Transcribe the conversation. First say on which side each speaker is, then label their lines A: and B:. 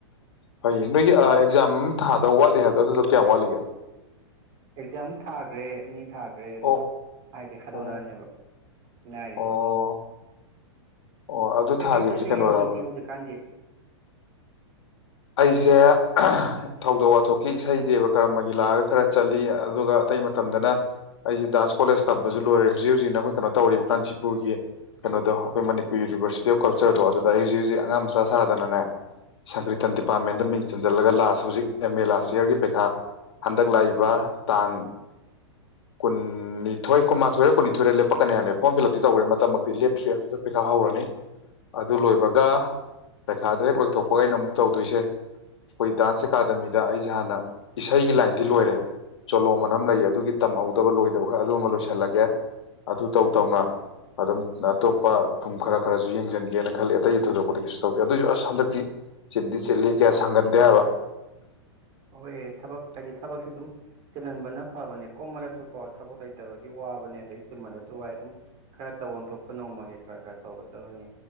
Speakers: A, on the left (about 70°); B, on the right (about 35°).
A: ꯐꯩ ꯅꯣꯏꯒꯤ ꯑ ꯑꯦꯛꯖꯥꯝ ꯊꯥꯗꯕ ꯋꯥꯠꯂꯤ ꯍꯥꯏꯕꯗꯣ ꯑꯗꯨꯗꯣ ꯀꯌꯥꯝ ꯋꯥꯠꯂꯤꯒꯦ
B: ꯑꯦꯛꯖꯥꯝ ꯊꯥꯈ꯭ꯔꯦ ꯑꯅꯤ ꯊꯥꯈ꯭ꯔꯦ ꯑꯗꯣ
A: ꯑꯣ
B: ꯍꯥꯏꯗꯤ ꯍꯥꯏꯗꯣꯛꯂꯛꯑꯅꯦꯕ
A: ꯑꯣ
B: ꯉꯥꯏꯔꯤꯕ
A: ꯑꯣ ꯑꯣ ꯑꯗꯨ
B: ꯀꯩꯀꯩ
A: ꯊꯥꯈꯤꯕꯁꯦ
B: ꯆꯠꯂꯤꯒꯦ
A: ꯀꯩꯅꯣꯔꯕ
B: ꯍꯧꯖꯤꯛꯇꯤ ꯍꯧꯖꯤꯛꯀꯥꯟꯗꯤ
A: ꯑꯩꯁꯦ ꯊꯧꯗꯣꯛ ꯋꯥꯊꯣꯛꯀꯤ ꯏꯁꯩ ꯗꯦꯕ ꯀꯔꯝꯕꯒꯤ ꯂꯥꯛꯑꯒ ꯈꯔ ꯆꯠꯂꯤ ꯑꯗꯨꯒ ꯑꯇꯩ ꯃꯇꯝꯗꯅ ꯑꯩꯁꯦ ꯗꯥꯟꯁ ꯀꯣꯂꯦꯖ ꯇꯝꯕꯁꯨ ꯂꯣꯏꯔꯦ ꯍꯧꯖꯤꯛ ꯍꯧꯖꯤꯛꯅ ꯑꯩꯈꯣꯏ ꯀꯩꯅꯣ ꯇꯧꯔꯤꯕ ꯀꯥꯟꯆꯤꯄꯨꯔꯒꯤ ꯀꯩꯅꯣꯗꯣ ꯑꯩꯈꯣꯏ ꯃꯅꯤꯄꯨꯔ ꯌꯨꯅꯤꯚꯔꯁꯤꯇꯤ ꯑꯣꯐ ꯀꯜꯆꯔꯗꯣ ꯑꯗꯨꯗ ꯑꯩ ꯍꯧꯖꯤꯛ ꯍꯧꯖꯤꯛ ꯑꯉꯥꯡ ꯃꯆꯥ ꯁꯥꯗꯅꯅꯦ ꯁꯪꯀ꯭ꯔꯤꯇꯟꯇꯤ ꯗꯤꯄꯥꯔꯠꯃꯦꯟꯗ ꯃꯤꯡ ꯆꯟꯖꯜꯂꯒ ꯂꯥꯁ ꯍꯧꯖꯤꯛ ꯑꯦꯝ ꯑꯦ ꯂꯥꯁ ꯌꯦꯔꯒꯤ ꯄꯩꯈꯥ ꯍꯟꯗꯛ ꯂꯥꯛꯏꯕ ꯇꯥꯡ ꯀꯨꯟꯅꯤꯊꯣꯏ ꯀꯨꯟꯃꯥꯊꯣꯏꯔ ꯀꯨꯟꯅꯤꯊꯣꯏ ꯂꯦꯞꯄꯛꯀꯅꯤ ꯍꯥꯏꯕꯅꯦ ꯐꯣꯔꯝ ꯐꯤꯜ ꯑꯞꯇꯤ ꯇꯧꯈ꯭ꯔꯦ ꯃꯇꯝꯃꯛꯇꯤ ꯂꯦꯞꯇ꯭ꯔꯤ ꯑꯗꯨꯗ ꯄꯩꯈꯥ ꯍꯧꯔꯅꯤ ꯑꯗꯨ ꯂꯣꯏꯕꯒ ꯄꯩꯈꯥꯗ ꯍꯦꯛ ꯂꯣꯏꯊꯣꯛꯄꯒꯩꯅ ꯑꯃꯨꯛ ꯇꯧ ꯗꯨꯏꯁꯦ ꯑꯩꯈꯣꯏ ꯗꯥꯟꯁ ꯑꯦꯀꯥꯗꯃꯤꯗ ꯑꯩꯁꯦ ꯍꯥꯟꯅ ꯏꯁꯩꯒꯤ ꯂꯥꯏꯟꯗꯤ ꯂꯣꯏꯔꯦ ꯆꯣꯂꯣ ꯃꯅꯝ ꯂꯩ ꯑꯗꯨꯒꯤ ꯇꯝꯍꯧꯗꯕ ꯂꯣꯏꯗꯕ ꯈꯔ ꯑꯗꯨꯃ ꯂꯣꯏꯁꯤꯜꯂꯒꯦ ꯑꯗꯨ ꯇꯧ ꯇꯧꯅ ꯑꯗꯨꯝ ꯅꯇꯣꯞꯄ ꯊꯨꯝ ꯈꯔ ꯈꯔꯁꯨ ꯌꯦꯡꯁꯤꯟꯒꯦꯅ ꯈꯜꯂꯤ ꯑꯇꯩ ꯊꯣꯏꯗꯣꯛꯄꯗꯤ ꯀꯩꯁꯨ ꯇꯧꯗꯦ ꯑꯗꯨꯑꯣꯏꯁꯨ ꯑꯁ ꯍꯟꯗꯛꯇꯤ ꯆꯤꯟꯗꯤ ꯆꯤꯂꯤ ꯀꯌꯥ ꯁꯪꯒꯟꯗꯦ ꯍꯥꯏꯕ
B: ꯍꯣꯏ ꯊꯕꯛ ꯍꯥꯏꯗꯤ ꯊꯕꯛꯁꯦ ꯑꯗꯨꯝ ꯆꯤꯜꯍꯟꯕꯅ ꯐꯕꯅꯦ ꯀꯣꯝꯃꯜꯂꯁꯨꯀꯣ ꯊꯕꯛ ꯂꯩꯇꯕꯒꯤ ꯋꯥꯕꯅꯦ ꯑꯗꯩ ꯆꯤꯟꯃꯜꯂꯁꯨ ꯋꯥꯏ ꯑꯗꯨꯝ ꯈꯔ ꯇꯧꯐꯝ ꯊꯣꯛꯄ ꯅꯣꯡꯃꯒꯤ ꯈꯔ ꯈꯔ ꯇꯧꯒꯗꯕꯅꯤ